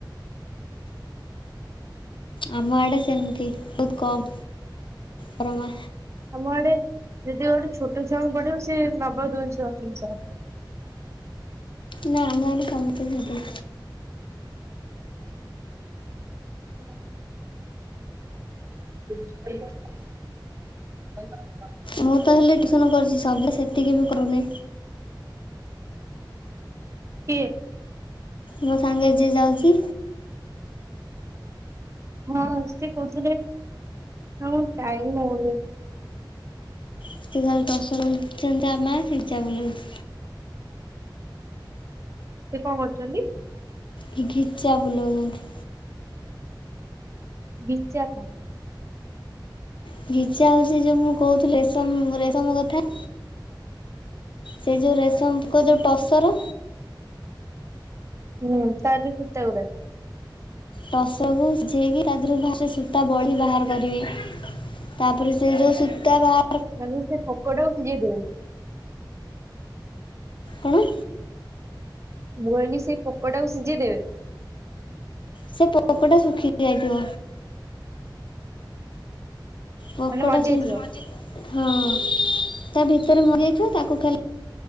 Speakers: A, on the left; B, on the right.
A: ଆମ ଆଡେ ସେମତି ବହୁତ କମ୍ ପରମା।
B: ଆମ ଆଡେ ଯଦି ଗୋଟେ ଛୋଟ ଛୁଆଙ୍କୁ ପଢ଼େଇବ ସେ ନବ ଦୁଇଶହ ତିନିଶହ।
A: ନା ଆମ ଗାଁରେ ସମସ୍ତେ ସେମିତି।
B: <unintelligible> <inaudible> <inaudible>
A: ମୁଁ ତ ହେଲେ ଟ୍ୟୁସନ୍ କରୁଛି ସଭିଏଁ ସେତିକି ବି କରୁନି
B: କିଏ?
A: ମୋ ସାଙ୍ଗେ ଯିଏ ଯାଉଚି।
B: ହଁ ସିଏ କହୁଥିଲେ ହଁ ଟାଇମ ହଉନି।
A: ସେ ତାହଲେ <unintelligible> ଯା ମା ସେ <unintelligible>
B: ସେ କଣ କରୁଚନ୍ତି?
A: କି ଘିଚା ବୁଲଉଚନ୍ତି!
B: ବିଚାଥା।
A: ଗିଚା ହଉଚି ଯୋଉ ମୁଁ କହୁଥିଲି ରେଶମ ରେ ତମ କଥା ସେ ଯଉଁ ରେଶମ ପୁକ ଯଉଁ ଟସର।
B: ହୁଁ ତାରି ଯଉ ସୁତା ଗୁଡା।
A: ଟସର କୁ ସିଝେଇକି ତା ଦିହରୁ ଭା ସେ ସୂତା ବଢିକି ବାହାର କରିବେ। ତାପରେ ସେ ଯଉ ସୂ ତା ବାହା
B: ମାନେ ସେ ପୋକ ଟାକୁ ସିଝେଇ ଦିଅନ୍ତ୍
A: କଣ?
B: ମୁଁ କହିଲି ସେଇ ପୋକ ଟାକୁ ସିଝେଇ ଦେବେ।
A: ସେ ପୋକଟା ଶୁଖି ଯାଇଥିବ। ପୋକଟା
B: ମାନେ ମରିଯାଇଥିବ
A: ସେ ଜ ହଁ ତା ଭିତରେ ମରି ଯାଇଥିବ ତାକୁ ଖାଲି